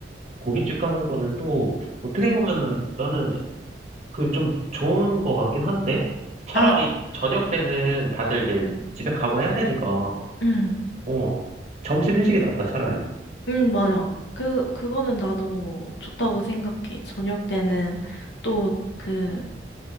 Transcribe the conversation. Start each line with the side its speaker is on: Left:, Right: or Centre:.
Right: 고깃집 가는 거는 또, 어떻게 보면은 나는 그 좀 좋은 거 같긴 한데? 차라리
Left: 아,
Right: 저녁 때는 다들 이제
Left: 음.
Right: 집에 가고 해야 되니까,
Left: 응,
Right: 어, 점심 회식이 낫다, 차라리.
Left: 응, 맞아. 그, 그거는 나도 좋다고 생각해. 저녁 때는 또 그